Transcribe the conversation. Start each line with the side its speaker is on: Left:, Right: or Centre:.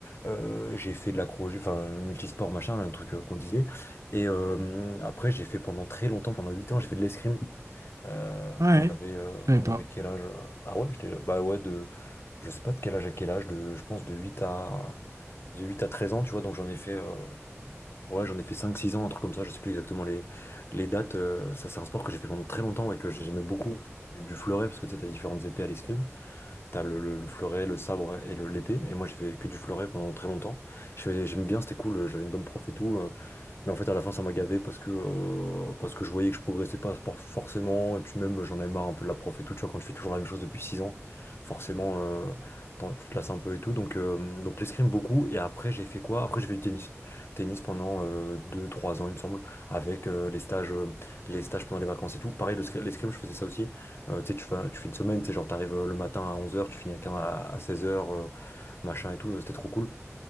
Left: Euh, j'ai fait de l'accro, j'ai- enfin multisport machin, un truc euh, qu'on disait. Et euh, après j'ai fait pendant très longtemps, pendant 8 ans j'ai fait de l'escrime. Euh,
Right: Ouais,
Left: quand j'avais euh,
Right: je savais
Left: quand
Right: pas.
Left: j'avais quel âge? euh, Ah ouais, j'étais bah ouais de je sais pas de quel âge à quel âge de je pense de huit à de 8 à 13 ans, tu vois. Donc j'en ai fait euh, ouais, j'en ai fait 5 6 ans un truc comme ça, je sais plus exactement les les dates euh, ça c'est un sport que j'ai fait pendant très longtemps et que j'aimais beaucoup du, du fleuret parce que tu sais t'as différentes épées à l'escrime, t'as le, le, le fleuret, le sabre et le l'épée et moi j'ai fait que du fleuret pendant très longtemps. Je fais- J'aimais bien, c'était cool, j'avais une bonne prof et tout. euh, mais en fait, à la fin, ça m'a gavé parce que, euh, parce que je voyais que je progressais pas por- forcément. Et puis même, j'en avais marre un peu de la prof et tout. Tu vois, quand je fais toujours la même chose depuis 6 ans, forcément, euh, t'en- tu te lasses un peu et tout. Donc, euh, donc l'escrime beaucoup. Et après, j'ai fait quoi? Après, j'ai fait du tennis. Tennis pendant euh, deux trois ans, il me semble, avec euh, les stages, euh, les stages pendant les vacances et tout. Pareil, le scrim- l'escrime, je faisais ça aussi. Euh, tu sais, tu fais, tu fais une semaine, tu sais, genre, t'arrives euh, le matin à onze heures tu finis à 15 à seize heures euh, machin et tout. C'était trop cool.